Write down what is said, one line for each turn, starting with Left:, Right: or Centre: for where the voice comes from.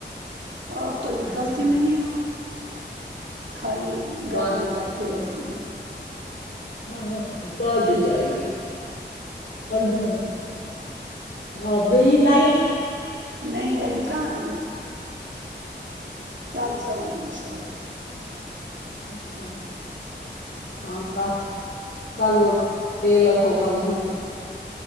Right: آ تو نکلتی
Left: اچھا
Right: نہیں ہ خالی
Left: واہ
Right: گھر میں بیٹھتی رہتیتے ہممم
Left: ہاں ہاں باد جائے گی جائے اپ گئی نائٹ
Right: نہیں ابھی کہاں گئی کل جاؤں گی انشاء اللہ
Left: اچھا ہاں ت کل وہٹ ٹیلر ہوگا وہیں پہ